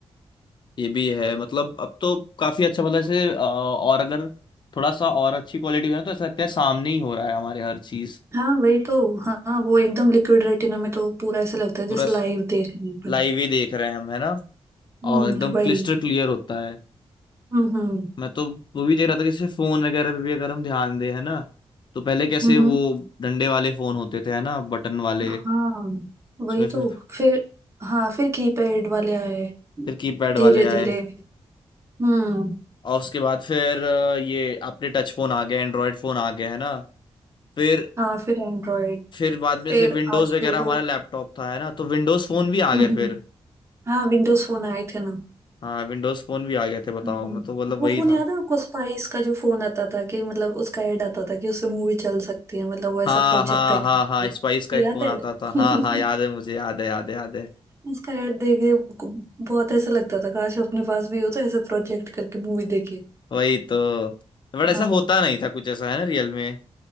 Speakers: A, on the left; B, on the right.
A: ये भी है मतलब अब तो काफी अच्छा मतलब ऐसे अ, और अगर थोड़ा सा और अच्छी क्वालिटी का है तो ऐसा लगता है सामने ही हो रहा है हमारे हर चीज
B: हाँ वही तो हाँ वो एकदम लिक्विड रेटिना में तो पूरा ऐसा लगता है
A: पूरा
B: जैसे लाइव देख रहे हैं अपन
A: लाइव ही देख रहे हैं हम है ना
B: हम्म
A: और एकदम
B: वही
A: क्लिस्टर क्लियर होता है
B: हम्म हम्म
A: मैं तो वो भी देख रहा था कि जैसे फोन वगैरह पे भी अगर हम ध्यान दें है ना तो पहले कैसे
B: हम्म
A: वो डंडे वाले फोन होते थे है ना बटन वाले
B: हाँ वही
A: उसमें फिर
B: तो फिर हाँ फिर कीपैड वाले आए
A: फिर कीपैड
B: धीरे
A: वाले
B: धीरे
A: आए
B: हम्म
A: और उसके बाद फिर अ, ये अपने टच फोन आ गए एंड्रॉयड फोन आ गए है ना फिर
B: हाँ फिर एंड्रॉइड
A: फिर बाद में
B: फिर
A: से विंडोज
B: आजकल
A: वगैरह
B: तो
A: हमारा लैपटॉप था है ना तो विंडोज फोन भी आ
B: हम्म
A: गए
B: हम्म,
A: फिर
B: हाँ विंडोज फोन आए थे ना
A: हाँ विंडोज फोन भी आ गए थे बताओ
B: हम्म
A: मैं तो मतलब
B: वो
A: वही
B: फोन
A: था
B: याद है आपको स्पाइस का जो फोन आता था कि मतलब उसका ऐड आता था कि उससे मूवी चल सकती है मतलब वो ऐसा
A: हाँ
B: प्रोजेक्टर
A: हाँ हाँ हाँ स्पाइस का
B: याद
A: एक फोन
B: है
A: आता था
B: <laughs>
A: हाँ हाँ याद है मुझे याद है याद है याद है
B: उसका ऐड देख के बहुत ऐसा लगता था काश अपने पास भी हो तो ऐसा प्रोजेक्ट करके मूवी देखे
A: वही तो बट ऐसा
B: हाँ
A: होता नहीं था कुछ ऐसा है ना रियल में